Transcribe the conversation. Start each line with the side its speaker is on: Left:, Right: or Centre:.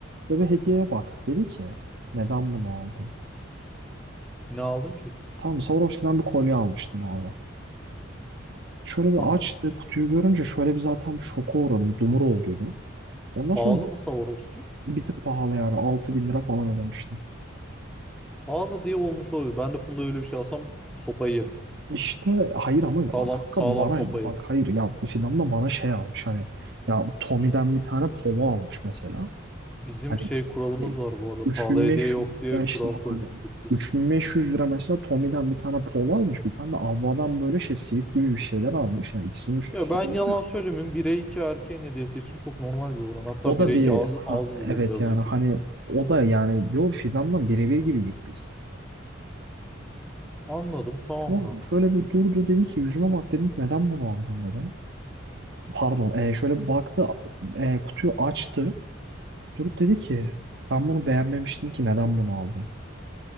Right: Şöyle bir hediyeye bak. Dedi ki neden bunu aldın?
Centre: Ne aldın ki?
Right: Tamam Swarovski'den bir kolye almıştım abi. Şöyle
Centre: Tamam.
Right: bir açtı kutuyu görünce şöyle bir zaten bir şoka uğradı. Bir dumur olduydu. Ondan
Centre: Pahalı
Right: sonra
Centre: mı Swarovski?
Right: bir tık pahalı yani 6000 lira falan ödemiştim.
Centre: Pahalı diye olmuş olabilir. Ben de Funda öyle bir şey alsam sopayı yerim.
Right: İşte hayır ama ya kanka
Centre: Sağlam, sağlam
Right: bana
Centre: sopa yerim.
Right: bak hayır ya fidan da bana şey almış hani ya Tommy'den bir tane polo almış mesela.
Centre: Bizim
Right: Hani
Centre: şey kuralımız
Right: e,
Centre: var bu arada.
Right: 3500
Centre: Pahalı hediye yok diye
Right: ya işte
Centre: kural
Right: bak
Centre: koymuştuk
Right: hani
Centre: biz.
Right: 3500 lira mesela Tommy'den bir tane polo almış bir tane de Avva'dan böyle şey sivit gibi bir şeyler almış yani ikisinin üst
Centre: Ya
Right: üste
Centre: ben
Right: koyunca.
Centre: yalan söylemeyeyim. 1'e 2 erkeğin hediyesi için çok normal bir oran. Hatta
Right: O
Centre: 1'e
Right: da bir
Centre: 2 az,
Right: ha
Centre: az bile
Right: evet
Centre: birazcık
Right: yani hani
Centre: yani.
Right: o da yani yo fidandan birebir gibiydik biz.
Centre: Anladım. Tamam
Right: Tamam
Centre: kanka.
Right: mı? şöyle bir durdu dedi ki yüzüme bak dedim neden bunu aldın dedi. Pardon, e, şöyle bir baktı, e, kutuyu açtı. Durup dedi ki, ben bunu beğenmemiştim ki neden bunu aldım?